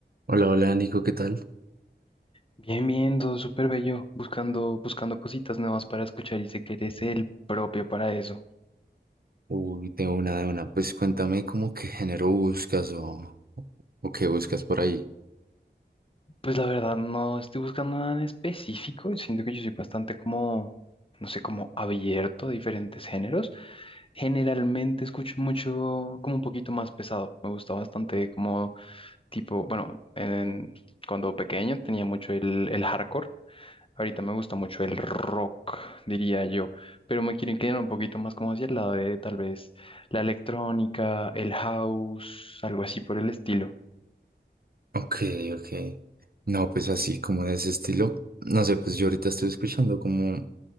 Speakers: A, on the right; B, on the left.
A: Hola, hola Nico, ¿qué tal?
B: Bien, bien, todo súper bello, buscando, buscando cositas nuevas para escuchar y sé que eres el propio para eso.
A: Uy, tengo una de una. Pues cuéntame cómo qué género buscas o, o qué buscas por ahí.
B: Pues la verdad no estoy buscando nada en específico, siento que yo soy bastante como, no sé, como abierto a diferentes géneros. Generalmente escucho mucho, como un poquito más pesado, me gusta bastante como tipo, bueno, en- cuando pequeño tenía mucho el, el hardcore. Ahorita me gusta mucho el rock, diría yo, pero me quiero inclinar un poquito más como hacia el lado de tal vez la electrónica, el house, algo así por el estilo.
A: Ok, ok. No, pues así como de ese estilo. No sé, pues yo ahorita estoy escuchando como